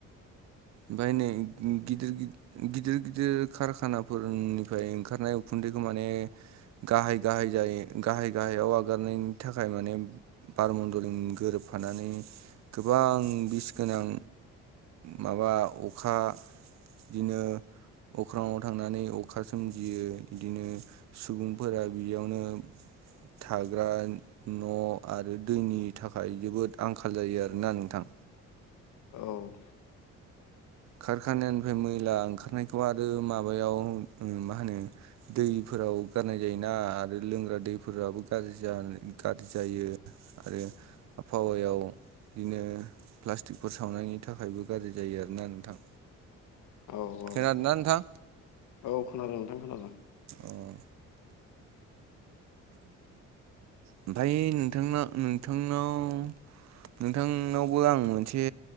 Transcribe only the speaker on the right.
ओमफ्राय नै गिदिर गिदिर गिदिर कारखानाफोरनिफ्राय ओंखारनाय उखुन्दैखौ माने गाहाय गाहाय जायो गाहाय गाहायाव आगारनायनि थाखाय माने बारमण्डलजों गोरोबफानानै गोबां बिस गोनां माबा अखा बिदिनो अख्राङाव थांनानै अखा सोमजियो बिदिनो सुबुंफोरा बिदियावनो थाग्रा न'आरो दैनि थाखाय जोबोद आंखाल जायो आरोना नोंथां
खारखानानिफ्राय मैला ओंखारनायखौ आरो माबायाव मा होनो दैफोराव गारनाय जायोना आरो लोंग्रा दैफोराबो गाज्रि गाज्रि जायो। आरो आबहावायाव बिदिनो प्लास्टिकफोर सावनायनि थाखायबो गाज्रि जायो आरोना नोंथां।
खोनादोंना नोंथां
अ ओमफाय नोंथांना नोंथांनावबो आं मोनसे